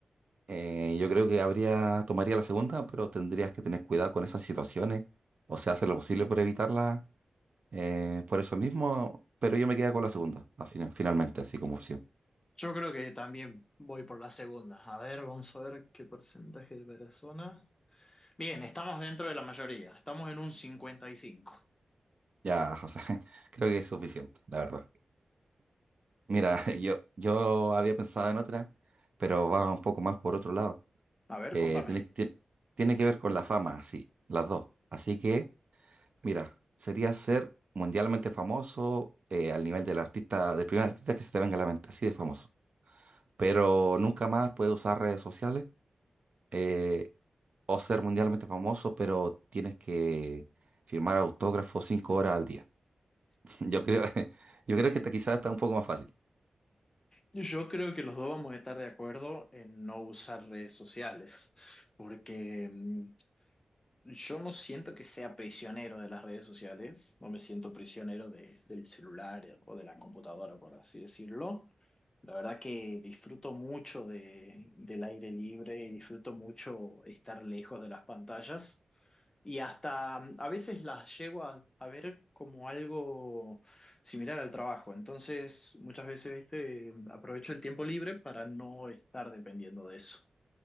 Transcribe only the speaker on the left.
Yo creo que también voy por la segunda. A ver, vamos a ver qué porcentaje de personas. Bien, estamos dentro de la mayoría. Estamos en un 55.
A ver,
contame.
Yo creo que los dos vamos a estar de acuerdo en no usar redes sociales, porque mm, yo no siento que sea prisionero de las redes sociales, no me siento prisionero de- del celular o de la computadora, por así decirlo. La verdad que disfruto mucho de, del aire libre y disfruto mucho estar lejos de las pantallas. Y hasta mm, a veces las llego a, a ver como algo similar al trabajo. Entonces, muchas veces, viste, aprovecho el tiempo libre para no estar dependiendo de eso.